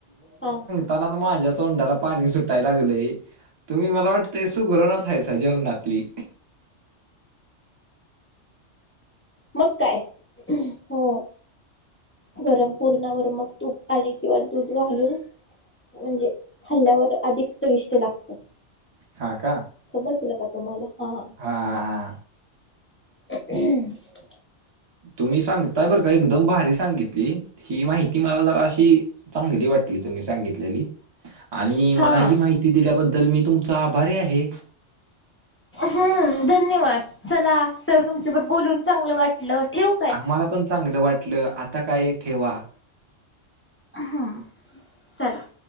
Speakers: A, on the left (about 15°); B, on the right (about 25°).
A: हा.
B: ताना माझ्या तोंडाला पाणी सुटाय लागलंय. तुम्ही मला वाटतंय सुगरणच हायसा जेवणातली.
A: मग काय हो. गरम पूरणावर मग तूप आणि किंवा दूध घालून म्हणजे खाल्ल्यावर अधिक चविष्ट लागतय.
B: हा का.
A: समजलं का तुम्हाला हा.
B: हां हां हा हा.
A: <unintelligible>
B: तुम्ही सांगताय बरं का एकदम भारी सांगित ही माहिती मला जरा अशी चांगली वाटली तुम्ही सांगितलेली आणि
A: हा
B: मला ही माहिती दिल्याबद्दल मी तुमचा आभारी आहे.
A: हम्म धन्यवाद चला सर तुमच्याबर बोलून चांगलं वाट ल ठिवू.
B: आम्हाला पण चांगलं वाटलं आता काय ठेवा.
A: आहा चला.